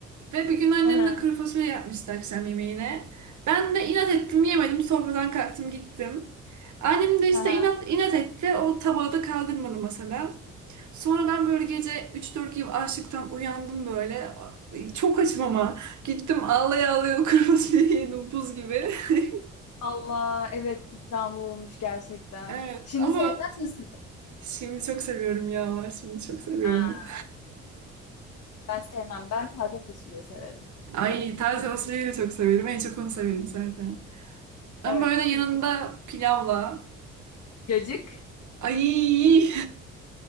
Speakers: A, on the right; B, on the left.
A: Ve bir gün annem
B: Hı hı.
A: de kuru fasulye yapmıştı akşam yemeğine. Ben de inat ettim yemedim. Sofradan kalktım gittim. Annem de işte
B: Hı hı.
A: inat, inat etti. O tabağı da kaldırmadı masadan. Sonra ben böyle gece 3-4 gibi açlıktan uyandım böyle. Çok açım ama. Gittim ağlaya ağlaya <laughs> o kırmızı biberi yedim buz gibi. <laughs>
B: Allah evet. bir Travma olmuş gerçekten.
A: Evet
B: Şimdi
A: ama
B: sevmez misin?
A: şimdi çok seviyorum ya. Şimdi çok seviyorum
B: Ha.
A: onu.
B: Ben sevmem. Ben taze fasulye severim.
A: <laughs> Ay taze fasulyeyi de çok severim. En çok onu severim zaten. Ama
B: Evet,
A: böyle yanında
B: kuru çok
A: pilavla.
B: Cacık.
A: Ay